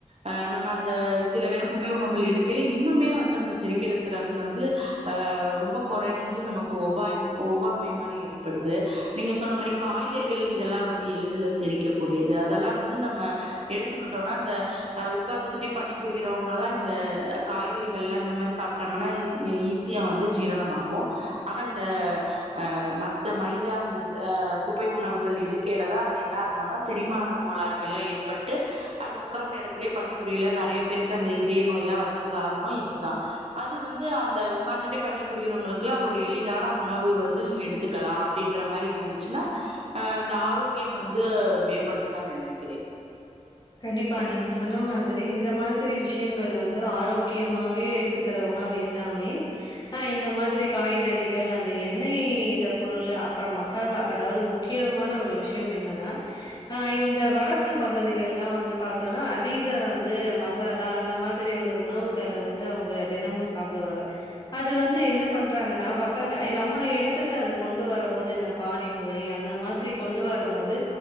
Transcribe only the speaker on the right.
அ நம்ம அந்த இதுல வேற குப்பை உணவுகள் எடுக்கைல இன்னுமே வந்து அந்த செரிக்குற திறன் வந்து அ ரொம்ப கொறஞ்சு நமக்கு ஒவ்வாய் ஒவ்வாமை மாரி ஏற்படுது நீங்க சொன்ன மாரி காய்கறிகள் இதெல்லா வந்து எளிதில செரிக்க கூடியது அதெல்லா வந்து நம்ம எடுத்துக்கிட்டோனா இந்த அ உக்காந்துகிட்டே பணிபுரிகிறவங்க எல்லா இந்த காய்கறிகலா இந்த மாரி சாப்ட்டாங்கன்னா ஈ ஈ ஈஸ் வந்து ஜீரணமாகு ஆனா இந்த அ மத்த மைதா அந்த அ குப்பை உணவுகள் எடுக்கையில தா அது என்ன ஆகுனா செரிமான கோளாறுகல்லா ஏற்பட்டு அந்த உக்காந்த இடத்துலே பணிபுரியல நறையா பேருக்கு அந்த இதய நோயெல்லா வரதுக்கு காரண இதுதா அது வந்து அந்த உக்காந்துட்டே பணி புரியிறவங்களுக்குலா ஒரு எளிதான உணவு வந்து எடுத் த்துக்கலா அப்டின்ற மாரி இருந்துச்சுன்னா அ அந்த ஆரோக்கியம் வந்து மேம்படுந்தா நா நனைக்கிறே